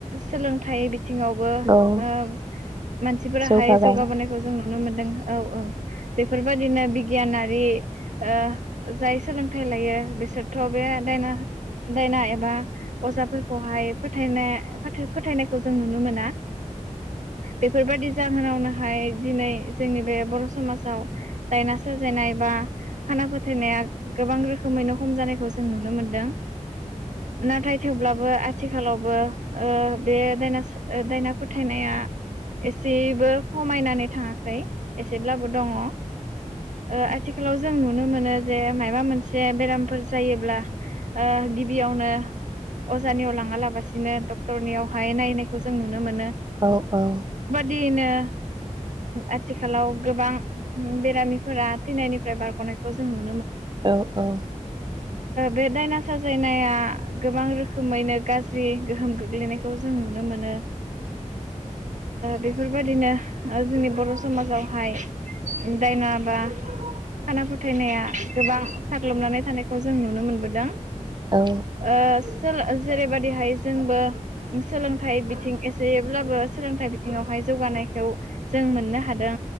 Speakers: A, on the right; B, on the right.
A: सोलोंथाइ बिथिङावबो
B: औ
A: ओ मानसिफोराहाय
B: जौगाबाय
A: जौगाबोनायखौ जों नुनो मोनदों औ औ बे बेफोरबायदिनो बिगियानारि ओ जाय सोलोंथाइ लायो बिसोरथ बे दायना दायना बा अजाफोरखौहाय फोथायनाय खौ जों नुनो मोना बेफोरबायदि जाहोनावनोहाय दिनै जोंनि बे बर' समाजाव दायना साजायनाय बा खाना फोथायनाया गोबां रोखोमैनो खम जानायखौ जों नुनो मोनदों। नाथाय थेवब्लाबो आथिखालावबो बे दायना दायना फोथायनाया एसेबो खमायनानै थाङाखै। एसेब्लाबो दङ ओ आथिखालाव जों नुनो मोनो। जे माबा मोनसे बेरामफोर जायो ब्ला गिबियाव अजानियाव लांयाबालासिनो डक्टरनियावहाय नायनाय बेखौ जों नुनो मोनो
B: औ औ
A: देनो आथिखालाव गोबां बेरामिफोरा थैनायनि बारगनायखौ जों नुनो मोनो।
B: औ औ
A: बे दायना साजायनाया गोबां रोखोमैनो गाज्रि गोहोम गोग्लैनायखौ खौ जों नुनो मोनो। बेफोरबायदिनो जोंनि बर' समाजावहाय दायना बा खाना फोथायनाया गोबां साग्लोबनानै थानायखौ जों नुनो मोनबोदों। दां
B: औ
A: ओ सोल-जेरैबादिहाय जों बो सोलोंथाइ बिथिं एसेब्लाबो सोलोंथाइ बिथिङावहाय जौगानायखौ जों मोननो हादों